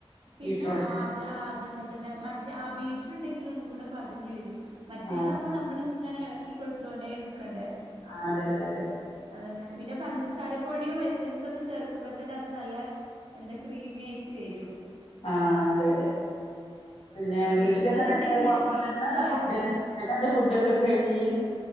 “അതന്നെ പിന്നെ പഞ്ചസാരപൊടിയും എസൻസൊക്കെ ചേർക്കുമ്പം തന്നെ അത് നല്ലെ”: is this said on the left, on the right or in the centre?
Right